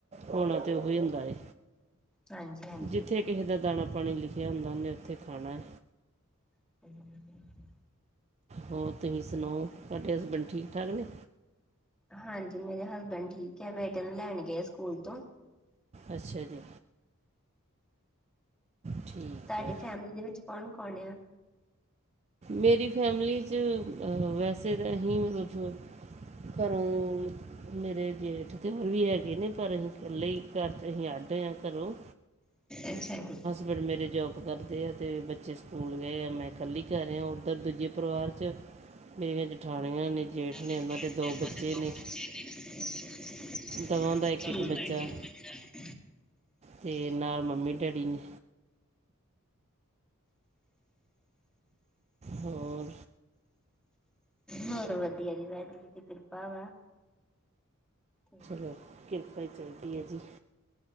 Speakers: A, on the right (about 30°); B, in the centre.
A: ਹੋਨਾ ਤੇ ਓਹੀ ਹੁੰਦਾ ਏ।
B: ਹਾਂਜੀ-ਹਾਂਜੀ।
A: ਜਿੱਥੇ ਕਿਸੇ ਦਾ ਦਾਨਾ- ਪਾਨੀ ਲਿਖਆ ਹੁੰਦਾ ੳਨੇ ੳਥੇ ਖਾਨਾ
B: <inaudible>
A: ਹੋਰ ਤੁਸੀਂ ਸੁਣਾਓ? ਤੁਆਡੇ ਹਸਬੈਂਡ ਠੀਕ -ਠਾਕ ਨੇ।
B: ਹਾਂਜੀ ਮੇਰੇ ਹਸਬੈਂਡ ਠੀਕ ਐ, ਬੇਟੇ ਨੂੰ ਲੈਣ ਗਏ ਸਕੂਲ ਤੋਂ।
A: ਅੱਛਾ ਜੀ। ਠੀਕ
B: ਤਾਡੀ
A: ਹੈ
B: ਫੈਮਲੀ ਦੇ ਵਿੱਚ ਕੌਨ-ਕੌਨ ਏ?
A: ਮੇਰੀ ਫੈਮਲੀ ਚ ਵੈਸੇ ਫ ਕਰੇਂਦ ਮੇਰੇ ਜੇਠ ਤੇ ਹੋਰ ਵੀ ਹੈਗੇ ਨੇ ਪਰ ਅਸੀ ਕੱਲੇ ਈ ਘਰ ਚ ਅਸੀ ਅੱਡ ਆ ਘਰੋਂ।
B: ਅੱਛਾ ਜੀ।
A: ਹਸਬੈਂਡ ਮੇਰੇ ਜੋਬ ਕਰਦੇ ਆ ਤੇ ਬੱਚੇ ਸਕੂਲ ਗਏ ਆ, ਮੈਂ ਕੱਲੀ ਘਰੇ ਆ ੳਧਰ ਦੂਜੇ ਪਰਿਵਾਰ ਚ ਮੇਰੀਆਂ ਜਠਾਨੀਆਂ ਨੇ।
B: <unintelligible>
A: ਜੇਠ ਨੇ ਉਹਨਾਂ ਦੇ ਦੋ ਬੱਚੇ ਨੇ
B: <inaudible>
A: ਦੋਵਾਂ ਦਾ ਇੱਕ ਇੱਕ ਬੱਚਾ ਤੇ ਨਾਲ ਮੰਮੀ ਡੈਡੀ ਨੇ। ਹੋਰ
B: ਹੋਰ ਵਧੀਆ ਜੀ। ਵਾਹਿਗੁਰੂ ਜੀ ਦੀ ਕਿਰਪਾ ਵਾ। ਹੂੰ
A: ਹੂੰ ਕਿਰਪਾ ਈ ਚਾਈਦੀ ਏ ਜੀ।